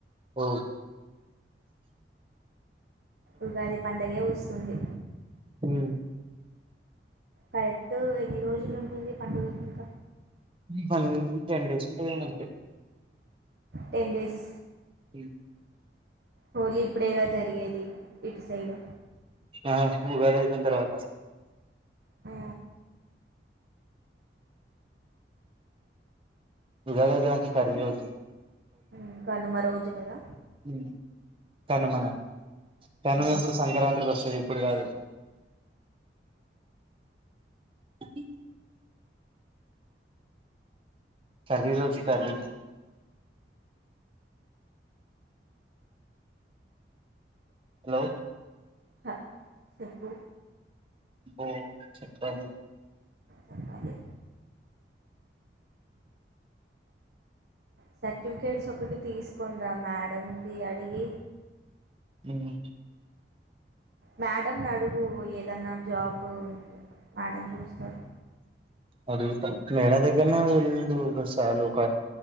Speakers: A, on the right; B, on the right.
A: ఓ
B: ఉగాది పండగే వస్తు తుంది
A: హ్మ్
B: కరెక్ట్ ఎన్ని రోజులు ఉంటది పండుగకి ఇంక
A: వన్ టెన్ డేస్ ఉంటే అంతే
B: టెన్ డేస్
A: డి
B: హోలీ అప్పుడేగా జరిగేది ఇటు సైడు
A: ఆఊగాది ఐయిపోయిన తర్వాత
B: ఆ
A: ఇజగాది అంత కర్మి రజు చ
B: ఇంకనుమ రోజు కదా
A: ఉమ్ తనుమన తను
B: ఉమ్
A: ఇప్పుడు సంక్రాంతికి వస్తుంది ఇప్పుడు కాదు తగింధి కర్ర రోజు కర్రి హలో
B: హ చెప్పు
A: బో చెప్పాలి
B: చెప్పాలి సర్టిఫికేట్స్ ఒకటి తీసుకోని రా మేడంకిి అడిగి
A: ఉమ్
B: మేడం నడుగు ఏదన్నా జాబు ఉంటే మేడం చూస్తారు
A: అది మేడం దగ్గరనే వెళ్ళ ఒకసాలు ఒక